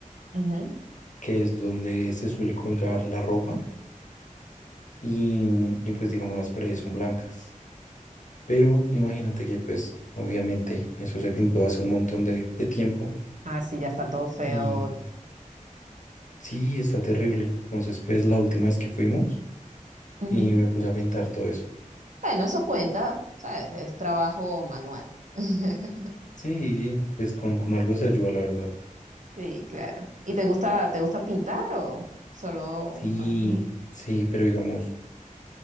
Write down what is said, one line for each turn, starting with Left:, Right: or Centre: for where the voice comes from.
Right: Ujú.
Left: que es donde se suele colgar la ropa y, y pues digamos las paredes son blancas. Pero imagínate que pues obviamente eso se pintó hace un montón de de tiempo.
Right: Ah, sí, ya está todo feo.
Left: Y Sí, está terrible. Entonces, pues la última vez que fuimos
Right: Ujú.
Left: y me puse a pintar todo eso.
Right: Bueno, eso cuenta, ¿sabes? Es trabajo manual. <laughs>
Left: Sí, pues con, con algo se ayuda, la verdad.
Right: Sí, claro. ¿Y te gusta, te gusta pintar o solo,
Left: Sí,
Right: bueno, ujú.
Left: sí, pero digamos,